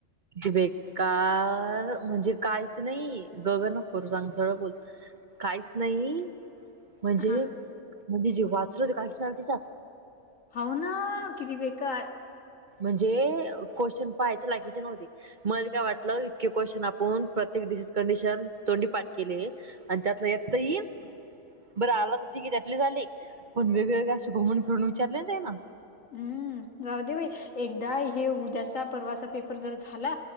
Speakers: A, on the right; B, on the left.
A: बेकार म्हणजे काहीच नाही गगं नको करू सांग सगळं बोल काहीच नाही म्हणजे
B: हा
A: म्हणजे जे वाचल ते काहीच नाही त्याच्यात
B: होना किती बेकार
A: म्हणजे क्वेशन पाहायचे लागीचे नव्हते मले काय वाटलं इतके क्वेशन कोण प्रत्येक डि कंडिशन तोंडी पाठ केली आणि त्यातला एकतही इल बरं आला तर ठीक आहे त्यातले झाली पण वेगवेगळे असे घुमून फिरून विचारले नाई ना
B: हम्म जाऊ दे बाई एकदा हे उद्याचा परवाचा पेपर जर झाला